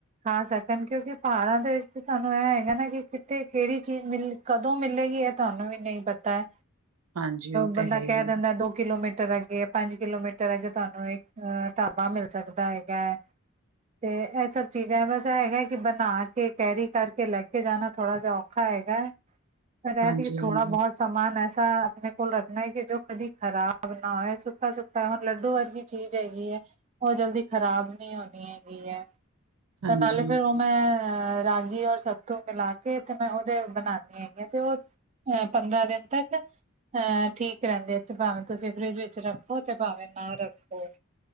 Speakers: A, on the right (about 30°); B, on the right (about 80°).
A: ਖਾ ਸਕਣ ਕਿਉਂਕਿ ਪਹਾੜਾਂ ਦੇ ਵਿੱਚ ਸਾਨੂੰ ਇ ਹੈਗਾ ਨਾ ਕਿ ਤੇ ਕਿਹੜੀ ਚੀਜ਼ ਮਿਲ ਕਦੋਂ ਮਿਲੇਗੀ ਏ ਤੁਹਾਨੂੰ ਵੀ ਨਹੀਂ ਪਤਾ ਹੈ
B: ਹਾਂਜੀ ਉਹ ਤਾਂ
A: ਬੰਦਾ
B: ਹੈ
A: ਕੇ
B: ਹੀ ਹੈ।
A: ਦਿੰਦਾ ਦੋ ਕਿਲੋਮੀਟਰ ਅੱਗੇ ਪੰਜ ਕਿਲੋਮੀਟਰ ਅੱਗੇ ਤੁਹਾਨੂੰ ਇੱਕ ਢਾਬਾ ਮਿਲ ਸਕਦਾ ਹੈਗਾ ਤੇ ਇਹ ਸਭ ਚੀਜ਼ਾਂ ਬਸ ਹੈਗਾ ਕਿ ਬਣਾ ਕੇ ਕੈਰੀ ਕਰਕੇ ਲੈ ਕੇ ਜਾਣਾ ਥੋੜਾ ਜਾ ਔਖਾ ਹੈਗਾ ਮੈਂ ਕਹਿ
B: ਹਾਂਜੀ,
A: ਤ ਥੋੜਾ
B: ਹਾਂਜੀ।
A: ਬਹੁਤ ਸਮਾਨ ਐਸਾ ਆਪਣੇ ਕੋਲ ਰੱਖਣੇ ਕਿ ਜੋ ਕਦੀ ਖਰਾਬ ਨਾ ਹੋ ਸੁੱਖਾ ਸੁੱਖਾ ਹੈ ਹੁਣ ਲੱਡੂ ਵਰਗੀ ਚੀਜ਼ ਹੈਗੀ ਏ ਉਹ ਜਲਦੀ ਖ਼ਰਾਬ ਨਹੀਂ ਹੋਣੀ ਹੈਗੀ ਹੈ
B: ਹਾਂਜੀ,
A: ਤਾਂ ਨਾਲੇ ਫਿਰ ਮੈਂ ਰਾਗੀ ਔਰ ਸੱਤੂ ਪਿਲਾ ਕੇ ਕੇ ਤੇ ਮੈਂ ਉਹਦੇ ਬਣਾਉਦੀ ਆਗੀ ਹ ਤੇ ਉਹ ਅਹ ਪੰਦਰਾਂ ਦਿਨ ਤੱਕ ਅਹ ਠੀਕ ਰਹਿੰਦੀ ਹੈ ਤੇ ਭਾਵੇਂ ਤੁਸੀਂ ਫਰਿਜ ਵਿੱਚ ਰੱਖੋ ਤੇ ਭਾਵੇਂ ਨਾ ਰੱਖੋ <inaudible>